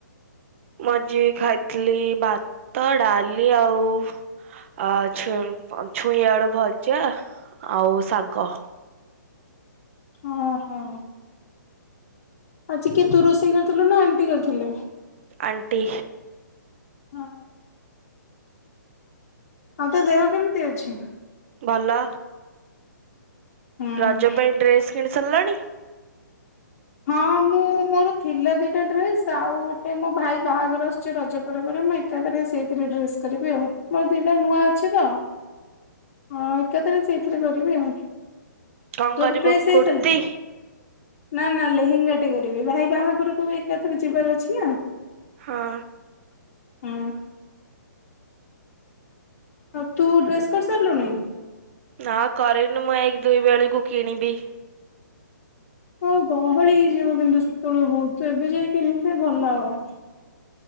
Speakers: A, on the right; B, on the left.
A: ମୁଁ ଆ ଆଜି ଖାଇଥିଲି ଭା ତ ଡାଲି ଆଉ ଅ ଛୁଇଁ ଛୁଇଁ ଆଳୁ ଭଜା ଆଉ ଶାଗ।
B: ଓ ହୋ ଆଜି କିଏ ତୁ ରୋଷଇ କରିଥିଲୁ ନା ଆଣ୍ଟି କରିଥିଲେ।
A: ଆଣ୍ଟି।
B: ହ ଆଉ ତ ଦେହ କେମିତି ଅଛି?
A: ଭଲ।
B: ହୁଁ
A: ରଜ ପାଇଁ ଡ୍ରେସ୍ କିଣି ସାରିଲଣି।
B: ହଁ ମୁଁ ମୋର ଥିଲା ଦିଟା ଡ୍ରେସ୍ ଆଉ ଗୋଟେ ମୋ ଭାଇ ବାହାଘର ଆସୁଛି ରଜ ପବ ମୁଁ ଏକା ଥରେ ସେଇଥିରେ ଡ୍ରେସ୍ କରିବି ଆଉ ମୋର ଦିଟା ନୂଆ ଅଛି ତ ହଁ ଏକା ଥରେ ସେଇଥିରେ କରିବି ଆଉ।
A: କଣ
B: ତୋର
A: କରିବ
B: ଡ୍ରେସ୍ ହେଇସାରିଲା
A: କୁର୍ତିୀ।
B: ନା ନା ଲେହେଙ୍ଗା ଟେ କରିବି ଭାଇ ବାହାଘରକୁ ବି ଏକାଥରେ ଯିବାର ଅଛି ନା।
A: ହଁ।
B: ହୁଁ। ଆଉ ତୁ ଡ୍ରେସ୍ କରି ସାରିଲୁଣି।
A: ନାଁ କାରିନି ମୁଁ ଏକ ଦୁଇ ବେଳକୁ କିଣିବି।
B: ହଁ ଗହଳି ହେଇଯିବ କିନ୍ତୁ ସେତେବେଳୁ ବହୁତ ଏବେ ଯାଇ କିଣିଦେ ଭଲ ହବ।